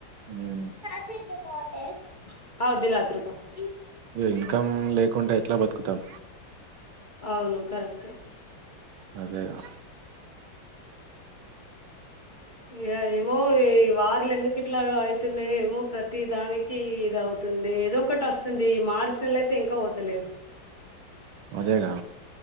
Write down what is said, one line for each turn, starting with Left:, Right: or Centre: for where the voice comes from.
Right: మ్మ్
Left: <unintelligible>
Right: ఇన్కమ్ లేకుండా ఎట్లా బతుకుతాం
Left: అవును కరెక్టే
Right: అదే అదే
Left: ఇ ఏమో ఈ వార్లు ఎందుకు ఇట్లా అవుతున్నాయో ఏమో ప్రతి దానికి ఇది అవుతుంది ఏదో ఒకటి వస్తుంది మార్చల అయితే ఇంకా పోతలేదు
Right: అదేగా